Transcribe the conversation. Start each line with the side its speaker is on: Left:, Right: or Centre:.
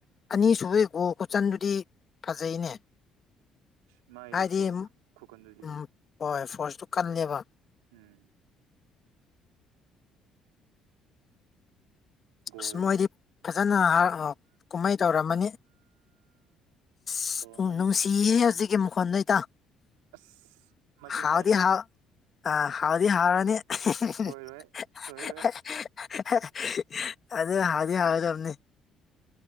Left: ꯑꯅꯤꯁꯨꯕꯩ ꯒꯣꯜ ꯈꯨꯆꯟꯗꯨꯗꯤ ꯐꯖꯩꯅꯦ
Right: ꯃꯥꯒꯤ
Left: ꯍꯥꯏꯗꯤ
Right: ꯐꯣꯔꯁ ꯈꯨꯀꯟꯗꯨꯗꯤ
Left: ꯎꯝ ꯍꯣꯏ ꯐꯣꯔꯁꯇꯨ ꯀꯜꯂꯦꯕ
Right: ꯎꯝ ꯒꯣꯜ
Left: ꯑꯁ ꯃꯣꯏꯗꯤ ꯐꯖꯅ <unintelligible> ꯀꯨꯝꯍꯩ ꯇꯧꯔꯝꯃꯅꯤ <unintelligible>
Right: ꯇꯧꯔꯝꯃꯅꯤ
Left: ꯅꯨꯡꯁꯤꯌꯦ ꯍꯨꯖꯤꯛꯀꯤ ꯃꯈꯣꯟꯗꯩ ꯣ ꯏꯇꯥ
Right: ꯑꯁ ꯃꯁꯤꯁꯦ
Left: ꯍꯥꯎꯗꯤ
Right: ꯑꯩꯅ
Left: ꯍꯥꯎ ꯑ ꯍꯥꯎꯗꯤ ꯍꯥꯎꯅꯤ <unintelligible>
Right: ꯁꯣꯏꯔꯣꯏ ꯁꯣꯏꯔꯣꯏ
Left: ꯑꯗ ꯍꯥꯎꯗꯤ ꯍꯥꯏꯔꯗꯝꯅꯤ